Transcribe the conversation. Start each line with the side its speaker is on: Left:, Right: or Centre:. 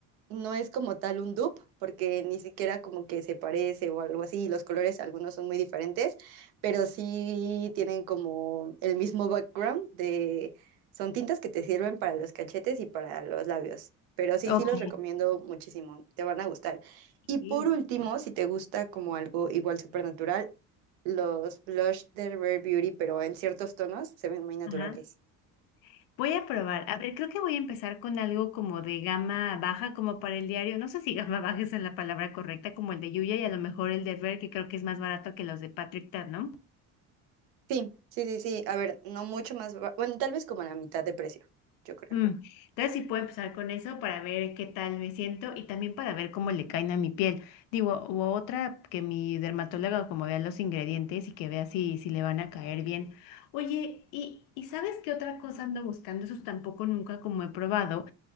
Right: no es como tal un dupe, porque ni siquiera como que se parece o algo así, y los colores algunos son muy diferentes, pero sí tienen como el mismo background de, son tintas que te sirven para los cachetes y para los labios, pero sí,
Left: ok.
Right: sí los recomiendo muchísimo, te van a gustar.
Left: ok.
Right: Y por último, si te gusta como algo igual súper natural, los blush de Rare Beauty, pero en ciertos tonos se ven muy naturales.
Left: Ajá. Voy a probar. A ver, creo que voy a empezar con algo como de gama baja, como para el diario. No sé si <laughs> gama baja es la palabra correcta, como el de Yuya y a lo mejor el de Ver, que creo que es más barato que los de Patrick Tab, ¿no?
Right: Sí, sí, sí, sí. A ver, no mucho más. ba- Bueno, tal vez como a la mitad de precio, yo creo.
Left: Mm, Entonces sí puedo empezar con eso para ver qué tal me siento y también para ver cómo le caen a mi piel. Digo, u otra que mi dermatóloga como vea los ingredientes y que vea si, si le van a caer bien. Oye, ¿y, y sabes qué otra cosa ando buscando? Esos tampoco nunca como he probado.